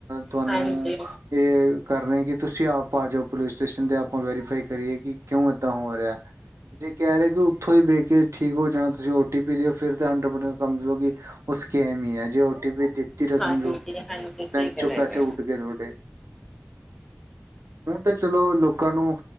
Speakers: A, on the right; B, in the centre.
A: ਤੁਹਾਨੂੰ
B: ਹਾਂਜੀ
A: ਇਹ ਕਰਨਗੇ ਕਿ ਤੁਸੀਂ ਆਪ ਆ ਜਾਓ ਪੁਲਿਸ ਸਟੇਸ਼ਨ ਤੇ ਆਪਾਂ ਵੈਰੀਫਾਈ ਕਰੀਏ ਕਿ ਕਿਉਂ ਏਦਾਂ ਹੋ ਰਿਹਾ ਤੇ ਜੇ ਕਹਿ ਰਹੇ ਕਿ ਉੱਥੋਂ ਦੀ ਵੇਖ ਕੇ ਠੀਕ ਹੋ ਜਾਣਾ ਤੁਸੀਂ ਓ ਟੀ ਪੀ ਦਿਉ ਫਿਰ ਤਾਂ ਹੰਡਰਡ ਪਰਸੈਂਟ ਸਮਝ ਲਓ ਕਿ ਉਹ ਸਕੈਮ ਹੀ ਹੈ ਜੇ ਓ ਟੀ ਪੀ ਫਿਰ ਸਮਝੋ
B: ਹਾਂਜੀ ਹਾਂਜੀ ਸਹੀ
A: ਬੈਂਕ ਚੋਂ
B: ਗੱਲ ਹੈ
A: ਪੈਸੇ
B: ਜੀ
A: ਉੱਡ ਗਏ ਤੁਹਾਡੇ ਹੁਣ ਤੇ ਚਲੋ ਲੋਕਾਂ ਨੂੰ